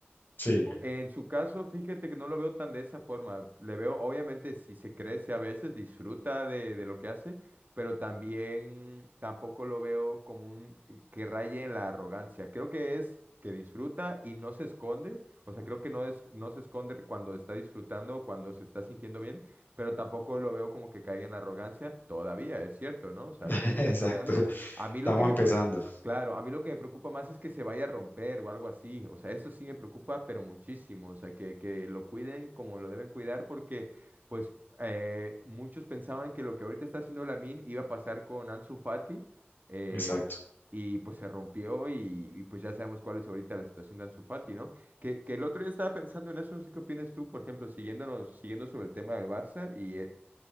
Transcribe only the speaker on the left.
Sí.
<laughs>
Exacto.
Estamos
empezando.
Exacto.